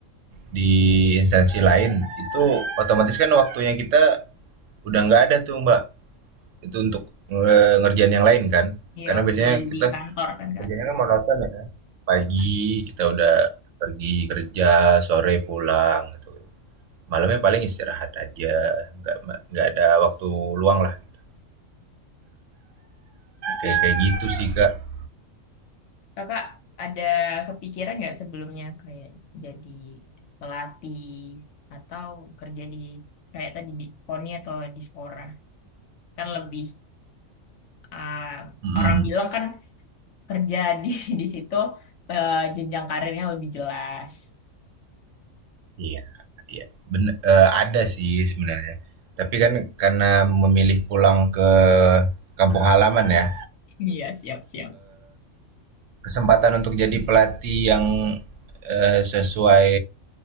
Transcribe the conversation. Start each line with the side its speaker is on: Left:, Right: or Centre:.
Right: di instansi lain itu otomatis kan waktunya kita udah nggak ada tuh Mbak itu untuk nge- ngerjain yang lain kan.
Left: Iya
Right: Karena biasanya
Left: full
Right: kita
Left: di kantor kan Kak.
Right: kerjanya kan monoton ya. Pagi
Left: Iya.
Right: kita udah pergi kerja, sore pulang gitu. Malamnya paling istirahat aja, nggak nggak ada waktu luang lah. Gitu.
Left: Tapi
Right: Kayak kayak gitu sih Kak.
Left: Kakak ada kepikiran nggak sebelumnya kayak jadi pelatih atau kerja di kayak tadi di KONI atau di Spora? Kan lebih ah,
Right: Mm-mm.
Left: orang bilang kan kerja di <laughs> di situ eh, jenjang karirnya lebih jelas.
Right: Iya. Ben eee, ada sih sebenarnya. Tapi kan karena memilih pulang ke kampung
Left: <laughs>
Right: halaman ya,
Left: Iya, siap-siap.
Right: kesempatan untuk jadi pelatih yang, eee, sesuai